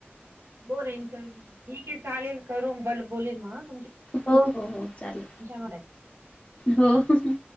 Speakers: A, on the right; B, on the left.
A: ठीक आहे चालेल करू. ब बोलेल मग ह.
B: हो हो हो चालेल
A: वाटलं.
B: हो.